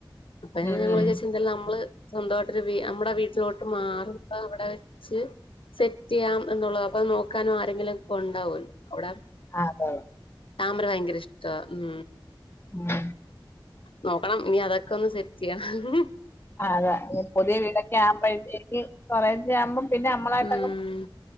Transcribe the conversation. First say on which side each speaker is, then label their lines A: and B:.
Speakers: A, on the left (about 80°); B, on the left (about 25°).
A: അപ്പൊ
B: ഉം
A: ഞങ്ങൾ
B: ഉം
A: വിചാരിച്ചു തെല്ലാം നമ്മള് സ്വന്തമായിട്ടരു നമ്മടെ വീട്ടിലോട്ട് മാറുമ്പ അവിടെ വെച്ച് സെറ്റ് ചെയ്യാം എന്നുള്ളത് അപ്പത് നോക്കാനും ആരെങ്കിലും ഒക്കെ ഉണ്ടാവുമല്ലോ അവിടെ
B: ആഹ് <unintelligible>
A: താമര ഭയങ്കര ഇഷ്ടാ ഉ
B: ഉം
A: നോക്കണം ഇനി അതൊക്കെ ഒന്ന് സെറ്റ് ചെയ്യണം മ്മ്ഹ്
B: ആ തേ പുതിയ വീടൊക്കെ ആവുമ്പോഴത്തേക്ക് കൊറെേശ്ശെ ആവുമ്പോ പിന്നെ നമ്മളായിട്ടങ്ങ്
A: ഉം